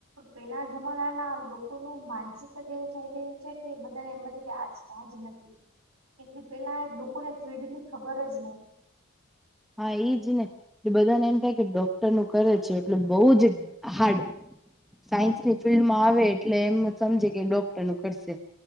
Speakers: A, on the right (about 85°); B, in the centre.
A: પેલા જમાનાના લોકોનું માનસિકતા જે એવુ થય ગયું છે કે બધાને એમ જ કે આર્ટ ચાર્જ નથી કેમ કે પેલા લોકોને ફિલ્ડની ખબર જ નથી
B: હા એ જ ને એટ બધા ને એમ થાય કે ડો નું કરે છે એટલે બહુ જ હાર્ડ સાયન્સની ફિલ્ડ માં આવે એટલે એમ સમજે કે ડોક્ટર નું કરશે